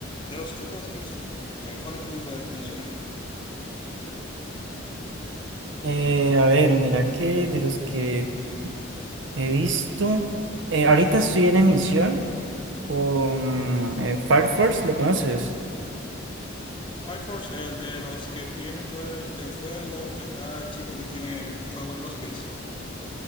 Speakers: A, on the left; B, on the right.
A: de los que tú has visto, eh, ¿cuál tú me puedes mencionar?
B: Eh, a ver, mira que de los que he visto, eh, ahorita estoy en emisión con eh, Fire Force, ¿lo conoces?
A: Fire Force, el de los que tienen poderes de fuego, que tal el chico que tiene fuego en los pies?